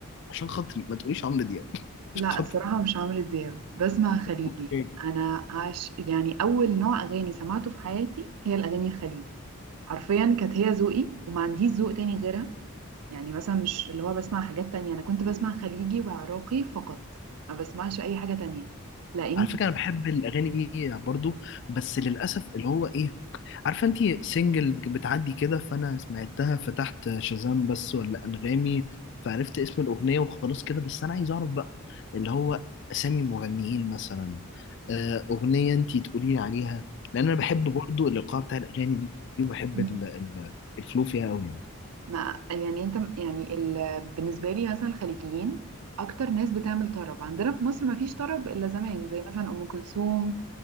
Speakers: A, on the left (about 50°); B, on the right (about 85°).
A: وعشان خاطري ما تقوليش عمرو دياب <laughs>
B: لا
A: عشان
B: الصراحة مش عمرو دياب بسمع خليجي
A: خاطري
B: أنا عاش يعني أول نوع أغاني سمعته في حياتي هي الأغاني الخليجي حرفيا كانت هي ذوقي وما عنديش ذوق تاني غيرها يعني مثلا مش اللي هو بسمع حاجات تانية أنا كنت بسمع خليجي وعراقي فقط ما بسمعش أي حاجة تانية لا
A: على فكرة أنا بحب الأغاني دي برضو بس للأسف اللي هو إيه عارفة أنت سنجل بتعدي كده فأنا سمعتها فتحت شازام بس ولا أنغامي فعرفت اسم الأغنية وخلاص كده بس أنا عايز أعرف بقى اللي هو أسامي مغنيين مثلا آه، أغنية أنت تقولي لي عليها لأن أنا بحب برضو الإيقاع بتاع الأغاني دي وبحب
B: إنجليش
A: ال- ال- الفلو فيها أوي يعني
B: ما يعني انت يعني ال... بالنسبه لي مثلا الخليجيين اكتر ناس بتعمل طرب عندنا في مصر ما فيش طرب الا زمان زي مثلا ام كلثوم